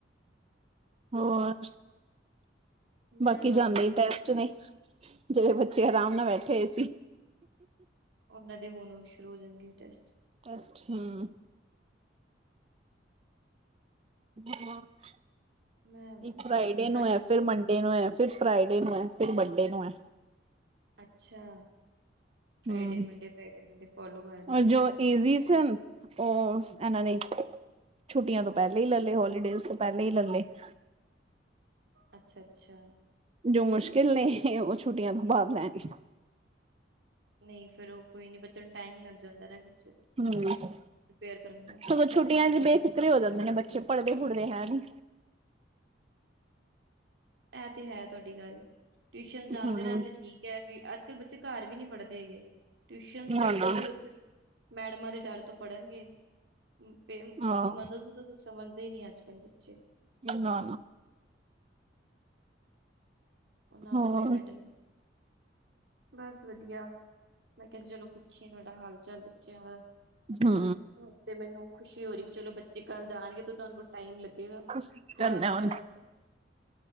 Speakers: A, on the right; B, on the right.
A: ਹੋਰ,
B: ਮੈਂ
A: ਬਾਕੀ
B: ਬਸ
A: ਜਾਂਦੇ
B: ਠੀਕ
A: ਈ ਟੈਸਟ ਨੇ। ਜਿਹੜੇ ਬੱਚੇ ਆਰਾਮ ਨਾਲ ਬੈਠੇ ਹੋਏ ਸੀ।
B: ਉਹਨਾਂ ਦੇ ਹੁਣ ਸ਼ੁਰੂ ਹੋ ਜਾਣਗੇ ਟੈਸਟ
A: ਟੈਸਟ ਹੂੰ, <unintelligible>
B: ਮੈਂ
A: ਇੱਕ ਫਰਾਈਡੇ
B: ਬਸ ਮੈਂ
A: ਨੂੰ
B: ਤੁਹਾਡੀ
A: ਐ ਫਿਰ ਮੰਡੇ ਨੂੰ ਐ ਫਿਰ ਫਰਾਈਡੇ ਨੂੰ ਐ ਫਿਰ ਵੱਡੇ ਨੂੰ ਐ।
B: ਅੱਛਾ, ਫਰਾਈਡੇ
A: ਹਮ
B: ਮੰਡੇ ਫਰਾਈਡੇ ਮੰਡੇ ਫੋਲੋ ਕਰ ਰਹੇ
A: ਔਰ
B: ਨੇ
A: ਜੋ
B: ਪੈਟਰਨ
A: ਈਜੀ ਸਨ। ਉਹ ਸ ਇਹਨਾਂ ਨੇ ਛੁੱਟੀਆਂ ਤੋਂ ਪਹਿਲੇ ਹੀ ਲੈ ਲਏ ਹੋਲੀਡੇਜ਼ ਤੋਂ ਪਹਿਲੇ ਹੀ ਲੈਲੇ। <inaudible>
B: ਅੱਛਾ-ਅੱਛਾ।
A: ਜੋ ਮੁਸ਼ਕਿਲ ਨੇ ਉਹ ਛੁੱਟੀਆਂ ਤੋਂ ਬਾਦ ਲੈਣਗੇ।
B: ਨਹੀਂ ਫ਼ਿਰ ਉਹ ਕੋਈ ਨੀ ਬੱਚਿਆਂ ਨੂੰ ਟਾਈਮ ਲੱਗ ਜਾਂਦਾ ਏ ਨਾ ਵਿੱਚ,
A: ਹਮ
B: ਪੇਅਰ ਕਰਨ ਦਾ।
A: ਸਗੋਂ ਛੁੱਟੀਆਂ ਚ ਬੇਫਿਕਰੇ ਹੋ ਜਾਂਦੇ ਨੇ ਬੱਚੇ, ਪੜ੍ਹਦੇ ਪੜ੍ਹਦੇ ਹੈ ਨੀ।
B: ਇਹ ਤੇ ਹੈ ਤੁਹਾਡੀ ਗੱਲ। ਟਿਊਸ਼ਨ ਜਾਂਦੇ
A: ਹਮ
B: ਰਹਿਦੇ ਠੀਕ ਐ, ਅੱਜ ਕੱਲ ਬੱਚੇ ਘਰ ਵੀ ਨੀ ਪੜ੍ਹਦੇ ਹੈਗੇ। ਟਿਊਸ਼ਨ
A: ਨਾ
B: ਭੇਜੋ
A: ਨਾ
B: ਤੇ ਉੱਥੇ ਮੈਡਮਾਂ ਦੇ ਡਰ ਤੋਂ ਪੜ੍ਹਨਗੇ, ਨੇ ਅਪਣੀ
A: ਆਹ
B: ਮਦਦ ਕੁਛ ਸਮਝਦੇ ਹੀ ਨੀ ਅੱਜ-ਕੱਲ੍ਹ ਬੱਚੇ।
A: ਨਾ,
B: ਨਾ ਐਸਾ
A: ਹੋਰ
B: ਕੋਈ ਮੈਟਰ ਬਸ ਵਧੀਆ, ਮੈਂ ਕਿਹਾ ਸੀ ਚਲੋ ਪੁੱਛੀਏ ਤੁਹਾਡਾ ਹਾਲ ਚਾਲ ਬੱਚਿਆਂ ਦਾ
A: ਹੂੰ,
B: ਹੂੰ ਤੇ ਮੈਨੂੰ ਖੁਸ਼ੀ ਹੋ ਰੀ ਕਿ ਚਲੋ ਬੱਚੇ ਕੱਲ ਜਾਣਗੇ ਤੇ ਤੁਹਾਨੂੰ ਟਾਈਮ ਲੱਗੇਗਾ।
A: ਬਸ
B: ਥੋੜਾ
A: ਕਰਨਾ
B: ਆਪਣੇ
A: ਹੁਣ।
B: ਵਾਸਤੇ